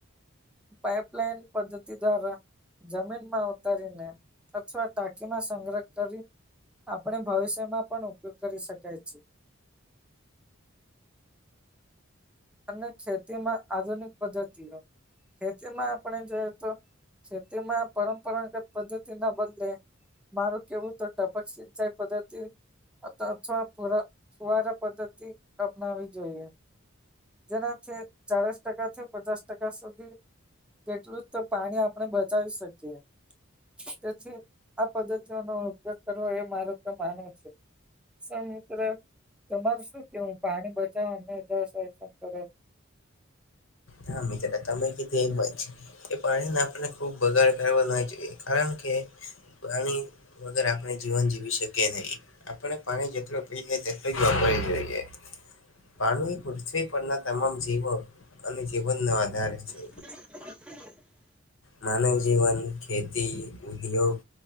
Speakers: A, in the centre; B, on the left (about 70°).
A: પાઈપ લાઈન પદ્ધતિ દ્વારા જમીનમાં ઉતારીને અથવા ટાકીમાં સંગ્રહ કરી ને આપણે ભવિષ્યમાં પણ ઉપયોગ કરી શકાય છે. અને ખેતીમાં આધુનિક પદ્ધતિઓ ખેતીમાં આપણે જોએ તો ખેતીમાં પરંપરાગત પદ્ધતિ ના બદલે મારું કેવું તો ટપક સિંચાઈ પદ્ધતિ અથવા <unintelligible> ફુવારા પદ્ધતિ અપનાવી જોઈએ. જેનાથી ચાલીસ ટકા થી પચાસ ટકા સુધી તેટલું જ તો પાણી આપણે બચાવી શકીએ. તેથી આ પદ્ધતિઓ નો ઉપયોગ કરવો એ મારુ તો માનવું છે. સા મિત્ર તમાર શું કેવું પાણી બચાવ અને <unintelligible>
B: હા મિત્ર તમે કીધ એ હોય છે. એ પાણીને આપને ખૂબ બગાડ કરવા ના જોઈએ કારણ કે પાણી વગર આપણે જીવન જીવી શકીએ નહી. આપણે પાણી જેટલું પીએ તેટલું જ વાપરવ જોઈએ. પાણી પૃથ્વી પરના તમામ જીવો અને જીવનનો આધાર છે.
A: <inaudible>
B: માનવ જીવન ખેતી ઉદ્યોગ